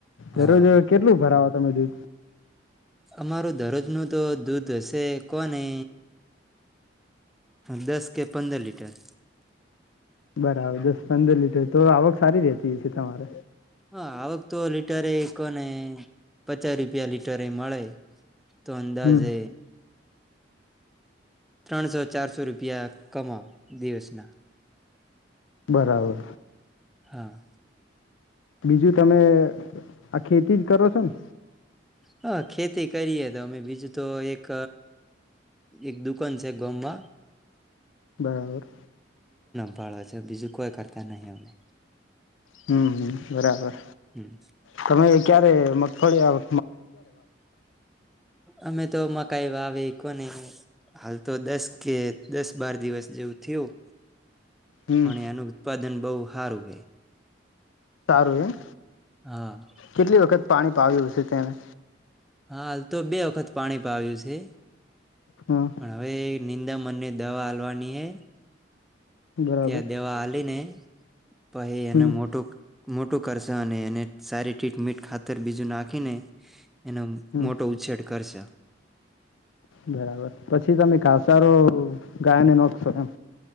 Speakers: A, on the left (about 85°); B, in the centre.
A: દરરોજ
B: હા
A: કેટલું ભરાવા <unintelligible>
B: અમારું દરરોજ ન તો દૂધ હશે કોને દસ કે પંદર લીટર.
A: બરાબર દસ પંદર લીટર તો આવક સારી રેતી હ છે તમારે.
B: હા આવક તો લીટર એ કોને પચાસ રૂપિયા લીટર એ મળે તો અંદાજે
A: હમ
B: ત્રણસો ચારસો રૂપિયા કમા દિવસના
A: બરાબર.
B: હા.
A: બીજું તમે આ ખેતી જ કરો છો ને?
B: હા ખેતી કરીએ તો અમે બીજું તો એક એક દુકાન છે ગામમાં
A: બરાબર.
B: બાળવા છે બીજું કોઈ કરતા નહી અમે
A: હમ બરાબર
B: હમ,
A: તમે ક્યારે મગફળી આવે?
B: અમે તો મ કઈ વાવે કોને હાલ તો દસ કે દસ બાર દિવસ જેવું થયું.
A: હમ
B: પણ એનું ઉત્પાદન બહ હારું હે.
A: સારું એમ?
B: હા.
A: કેટલી વખત પાણી પાાવ્યુંશે તેને
B: હાલ તો બે વખત પાણી પાાવ્યું છે.
A: હમ
B: પણ હવે નિંદા મનને દવા હાલવાની હ
A: બરાબર
B: ત્યાં દેવા આલી ને પહે એને
A: હમ
B: મોટું મોટું કરશો અને એને સારી ટ્રીટમીટ ખાતર બીજું નાખીને એનો
A: હમ
B: મોટો ઉછેદ કરશે.
A: બરાબર પછી તમે ઘ સારો ગાયને નાોખશો એમ?